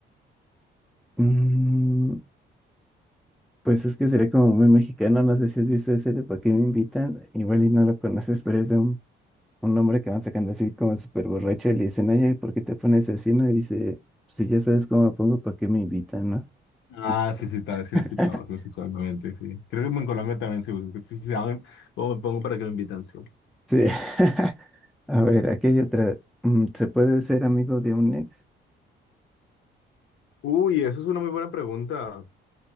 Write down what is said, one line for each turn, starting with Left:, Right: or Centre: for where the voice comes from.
Centre: Mm, pues es que sería como muy mexicano, no sé si has visto ese de ¿Para qué me invitan? Igual y no lo conoces, pero es de un, un hombre que van sacando así como súper borracho y le dicen, oye, ¿por qué te pones así? No, y dice, "Pues si ya sabes cómo me pongo, ¿para qué me invitan, no?
Left: Ah,
Centre: Y-
Left: sí, sí, tal, sí
Centre: <laughs>
Left: lo he escuchado, sí lo he escuchado, obviamente, sí. Creo que en Colombia también se usa, es que sí, sí, saben cómo me pongo para que me invitan, sí
Centre: Sí. <laughs> A ver, aquí hay otra. Mm, ¿Se puede ser amigo de un ex?
Left: Uy, eso es una muy buena pregunta.